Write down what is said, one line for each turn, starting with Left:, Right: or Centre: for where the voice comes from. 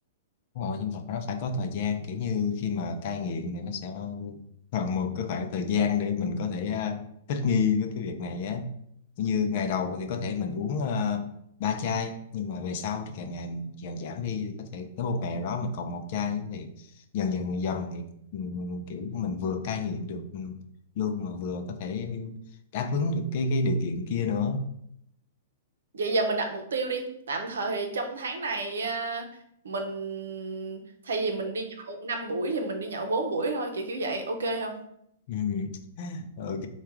Left: Đúng rồi, nhưng mà nó phải có thời gian kiểu như khi mà cai nghiện thì nó sẽ cần một cái khoảng thời gian để mình có thể à, thích nghi với cái việc này á Kiểu như ngày đầu thì có thể mình uống à, ba chai nhưng mà về sau thì càng ngày mình càng giảm đi thì có thể tới một ngày nào đó mình còn một chai thì dần dần dần thì ừm, kiểu mình vừa cai nghiện được ừm, luôn mà vừa có thể đáp ứng được cái cái điều kiện kia nữa
Right: Vậy giờ mình đặt mục tiêu đi. Tạm thời trong tháng này à, mình thay vì mình đi nhậu 5 buổi thì mình đi nhậu 4 buổi thôi, kiểu kiểu vậy. Ok không?
Left: <laughs> Ừ. Ok,